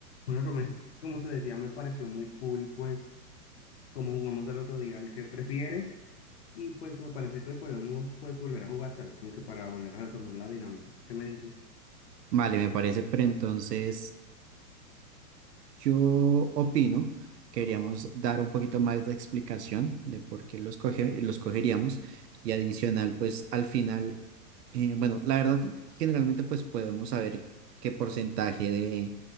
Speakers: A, on the left; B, on the right.
A: Bueno, Rubén, como te decía, me pareció muy cool, pues, como jugamos el otro día, el que prefieres, y pues me parece que hoy podemos, pues, volver a jugar, ¿sabes? Como que para volver a retomar la dinámica. ¿Qué me dices?
B: Vale, me parece, pero entonces yo opino que deberíamos dar un poquito más de explicación de por qué los coge- los cogeríamos y adicional, pues al final, eh, bueno, la verdad, generalmente pues podemos saber qué porcentaje de,